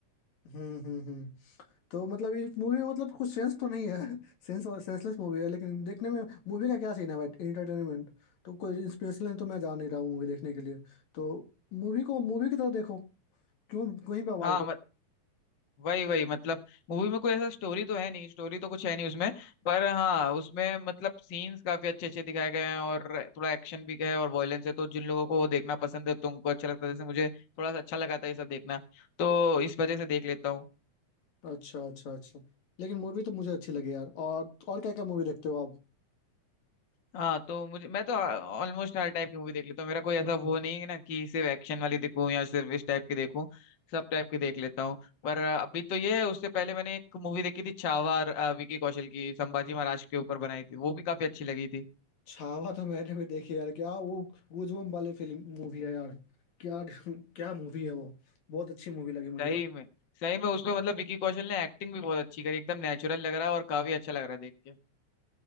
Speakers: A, on the left; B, on the left.
A: हम्म हम्म हम्म तो मतलब इस मूवी में मतलब कुछ सेंस तो नहीं है <laughs> सेंस और सेंसलेस मूवी है लेकिन देखने में मूवी का क्या सीन है भाई एंटरटेनमेंट तो कोई इंस्पिरेशन तो मैं जा नहीं रहा हूँ मूवी देखने के लिए तो मूवी को मूवी की तरह देखो क्यों कहीं बवाल
B: हाँ
A: कर
B: वही वही मतलब मूवी में कोई ऐसा स्टोरी तो है नहीं स्टोरी तो कुछ है नहीं उसमें पर हाँ उसमें मतलब सीन्स काफी अच्छे अच्छे दिखाए गए हैं और थोड़ा एक्शन भी है और वायलेंस है तो जिन लोगों को वो देखना पसंद है तो उनको अच्छा लगता है जैसे मुझे थोड़ा सा अच्छा लगा था ये सब देखना तो इस वजह से देख लेता हूँ
A: अच्छा अच्छा अच्छा लेकिन मूवी तो मुझे अच्छी लगी यार और और क्या क्या मूवी देखते हो आप
B: हाँ तो मुझे मैं तो ऑलमोस्ट हर टाइप की मूवी देख लेता हूँ मेरा कोई ऐसा वो नहीं है ना कि सिर्फ एक्शन वाली देखूँ या सिर्फ इस टाइप की देखूँ सब टाइप की देख लेता हूँ पर अ, अभी तो ये है उससे पहले मैंने एक मूवी देखी थी छावा अ, विकी कौशल की संभाजी महाराज के ऊपर बनाई थी वो भी काफी अच्छी लगी थी
A: छावा तो मैंने भी देखी यार क्या वो गूजबम्प वाली फिल्म मूवी है यार क्या <laughs> क्या मूवी है वो बहुत अच्छी मूवी लगी मुझे
B: सही
A: तो
B: में सही में उसमें मतलब विकी कौशल ने एक्टिंग भी बहुत अच्छी करी एकदम नेचुरल लग रहा है और काफी अच्छा लग रहा है देख के